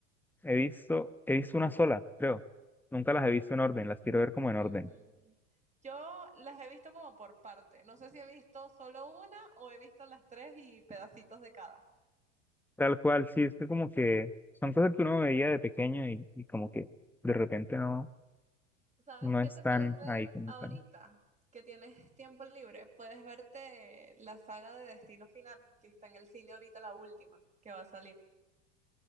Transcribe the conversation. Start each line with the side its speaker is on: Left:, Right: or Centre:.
Centre: He visto, he visto una sola, creo. Nunca las he visto en orden, las quiero ver como en
Right: Mm,
Centre: orden.
Right: Yo las he visto como por parte. No sé si he visto solo una o he visto las tres y pedacitos de cada.
Centre: Tal cual, sí, es que como que son cosas que uno veía de pequeño y, y como que de repente no,
Right: ¿Sabes
Centre: no están
Right: qué te puedes ver
Centre: ahí como
Right: ahorita?
Centre: están.
Right: Que tienes tiempo libre. Puedes verte la saga de Destino Final, que está en el cine ahorita, la última, que va a salir.